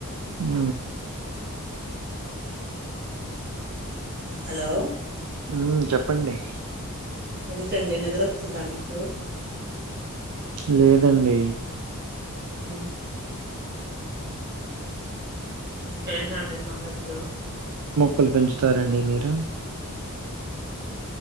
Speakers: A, on the right; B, on the right.
A: ఊ
B: హలో
A: ఊ చెప్పండి
B: ఏంటండి నిద్రొస్తుందా మీకు
A: లేదండి
B: ఊ ఇంకేంటండి సంగతులు
A: కులు పెంచుతారండి మీరు